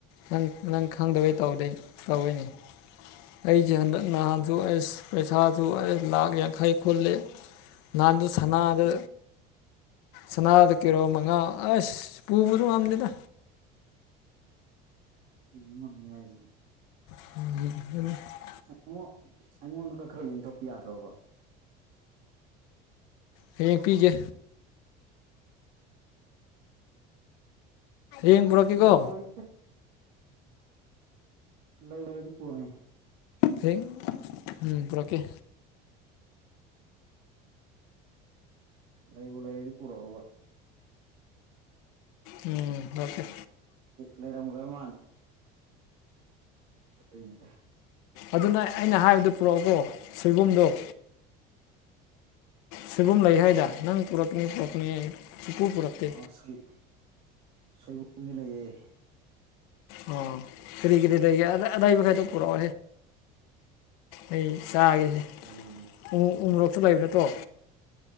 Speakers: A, on the left (about 80°); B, on the right (about 55°).
A: ꯅꯪ ꯅꯪ ꯈꯪꯗꯕꯩ ꯇꯧꯗꯩ ꯇꯧꯏꯅꯦ ꯑꯩꯁꯦ ꯍꯟꯗꯛ ꯅꯍꯥꯟꯁꯨ ꯑꯩꯁ ꯄꯩꯁꯥꯁꯨ ꯑꯩꯁ ꯂꯥꯛ ꯌꯥꯡꯈꯩ ꯈꯨꯜꯂꯦ ꯅꯍꯥꯟꯗꯨ ꯁꯥꯟꯅꯥꯗ ꯁꯅꯥꯗ ꯀꯔꯣ ꯃꯉꯥ ꯑꯁ ꯄꯨꯕꯁꯨ ꯌꯥꯝꯝꯅꯤꯗ
B: ꯎ ꯎꯝꯅꯤ ꯍꯥꯏꯁꯤꯦ
A: ꯑꯈꯦ
B: ꯑꯩꯉ ꯑꯩꯉꯣꯟꯗꯒ ꯈꯔ ꯌꯦꯟꯊꯣꯛꯄ ꯌꯥꯗ꯭ꯔꯣꯕ
A: ꯍꯌꯦꯡ ꯄꯤꯒꯦ ꯏꯡ ꯄꯨ꯭ꯔꯥꯀꯤꯒꯣ
B: ꯂꯩꯔꯝꯃꯣꯏ ꯂꯩ ꯂꯩꯗꯤ ꯄꯨꯔꯅꯦ
A: ꯍ ꯎꯝ ꯄꯨꯔꯛꯀꯦ
B: ꯂꯩꯏꯕꯨꯂꯗꯤ ꯄꯨꯔꯕ
A: ꯎꯝ ꯂꯀꯦ
B: ꯂꯩꯔꯝꯒꯗꯕ ꯀꯉꯗ
A: ꯑꯗꯨꯅ ꯑꯩꯅ ꯍꯥꯏꯕꯗ ꯄꯨꯔꯛꯑꯣꯀꯣ ꯁꯣꯏꯕꯨꯝꯗꯣ ꯂꯣ ꯁꯣꯏꯕꯨꯝ ꯂꯩ ꯍꯥꯏꯗ ꯅꯪ ꯄꯨꯔꯛꯀꯅꯤ ꯄꯨꯔꯛꯀꯅꯤ ꯑꯩ ꯆꯨꯛꯄꯨ ꯄꯨꯔꯛꯇꯦ
B: ꯑꯁꯂꯤ ꯁꯣꯏꯕꯨꯝꯗꯤ ꯂꯩꯌꯦ
A: ꯑꯣ ꯐꯔꯤ ꯀꯔꯤ ꯑꯗꯩ ꯑ ꯑꯗꯥꯥꯏꯕꯈꯥꯏꯗ ꯄꯨꯔꯛ ꯑꯩ ꯆꯥꯒꯦꯁꯦ
B: ꯎꯝ
A: ꯎ ꯎꯝꯣꯔꯣꯛꯇ ꯂꯩꯕ ꯅꯠꯇ꯭ꯔꯣ